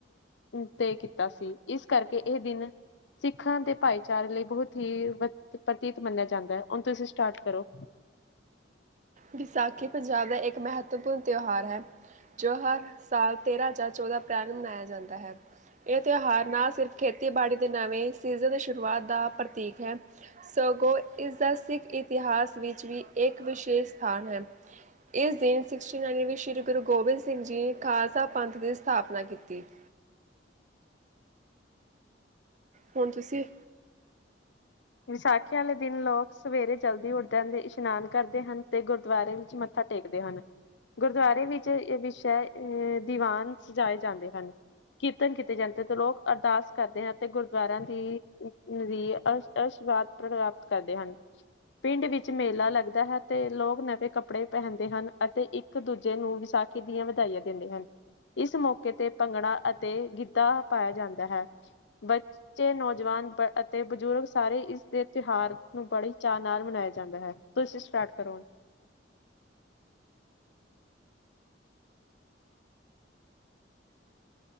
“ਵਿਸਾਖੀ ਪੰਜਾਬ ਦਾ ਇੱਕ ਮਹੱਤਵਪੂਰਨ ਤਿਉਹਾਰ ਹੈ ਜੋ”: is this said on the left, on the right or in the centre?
Right